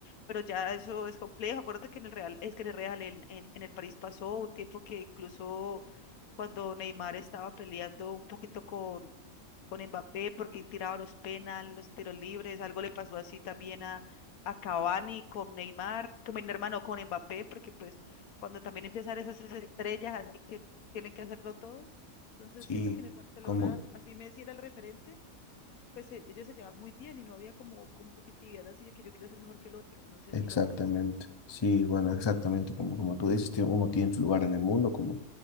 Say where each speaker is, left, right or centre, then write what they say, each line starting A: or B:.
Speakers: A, on the left; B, on the left.
A: pero ya eso es complejo. Acuérdate que en el Real, es que en el Real, en, en- en el París pasó un tiempo que incluso cuando Neymar estaba peleando un poquito con, con Mbappé, porque tiraba los penales, los tiros libres, algo le pasó así también a a Cavani con Neymar, con mi hermano, con Mbappé, porque pues cuando también empiezan esas estrellas, así que tienen que hacerlo todo. Entonces
B: sí,
A: siento que en el Barcelona,
B: como,
A: así Messi era el referente, pues e- ellos se llevaban muy bien y no había como competitividad así de que yo quiero ser mejor que el otro. No sé
B: exactamente.
A: si lo ves así.
B: Sí, bueno, exactamente, como, como tú dices, tiene- uno tiene su lugar en el mundo, como,